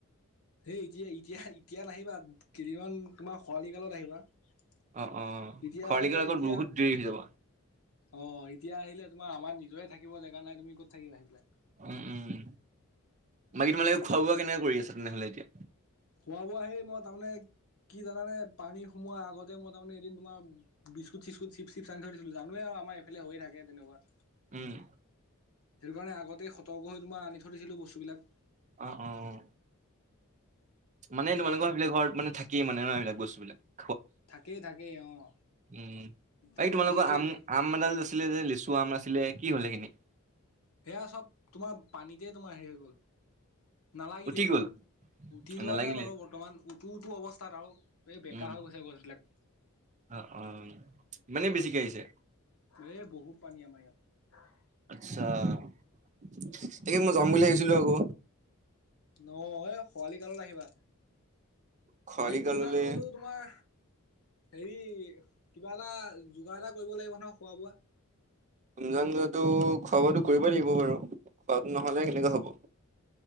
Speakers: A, on the left (about 75°); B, on the right (about 35°).
A: হেই এতিয়াঁ, এতিয়াঁ, এতিয়াঁ নাহিবা কেইদিনমান তোমাৰ খৰালি কালত আহিবা। এতিয়া,
B: অ', অ', খৰালিকাল
A: আহিলে
B: আকৌ
A: এতিয়া,
B: বহুত দেৰি হৈ যাব।
A: আহ। এতিয়া আহিলে তোমাৰ আমাৰ নিজৰে থাকিব জেগা নাই, তুমি ক'ত থাকিব আহি পেলাই।
B: উম, উম, বাকী তোমালোকে খোৱা বোৱা কেনেকে কৰি আছা তেনেহ'লে এতিয়া?
A: খোৱা বোৱা সেই মই তাৰমানে কি জানে পানী সোমোৱাৰ আগতে মই তাৰমানে এদিন তোমাৰ বিস্কুট চি্ুট চিপ চিপ চানি থৰি দিছিলো জানোৱে আৰু আমাৰ এইফালে হৈয়ে থাকে তেনেকুৱা।
B: উম।
A: সেইটো কাৰণে আগতেই সতৰ্ক হৈতো মই আনি থৈ দিছিলো বস্তু বিলাক।
B: অ' অ' অ। মানে
A: সেয়াই
B: তোমালোকৰ
A: আৰু
B: সেফালে ঘৰত মানে থাকি মানে ন <unintelligible> বস্তু বিলাক।
A: থাকেই, থাকেই অ'।
B: উম,
A: তাৰমানে
B: এই তোমালোকৰ
A: বিশেষকে
B: আম
A: এনেই
B: আম এডাল আছিলে যে লিচু আম আছিলে কি হ'ল সেখিনি?
A: সেয়া চব তোমাৰ পানীতে তোমাৰ হেৰি হৈ গ'ল। নালাগিলে
B: উঠি
A: এইবাৰ
B: গ'ল
A: উঠি যোৱা
B: নালাগিলে
A: নাই বাৰু বৰ্তমান উটো-উটো অৱস্থাত আৰু। এই বেকা
B: উম
A: হৈ গৈছে গছবিলাক।
B: অ' অ' ইমানে বেছিকে আহিছে।
A: এ বহুত পানী আমাৰ ইয়াত।
B: আচছা <unintelligible> যাম বুলি ভাবিছিলো আকৌ।
A: নহ এ খৰালি কালত আহিবা।
B: খৰালি
A: বাকী
B: কাললে
A: তুমজাং জোৱাতো তোমাৰ হেৰি কিবা এটা যোগাৰ এটা কৰিব লাগিব নহয় খোৱা বোৱা ।
B: তুমজাং যোৱাতো খোৱা বোৱাতো কৰিবই লাগিব বাৰু খোৱাটো নহলে কেনেকে হব।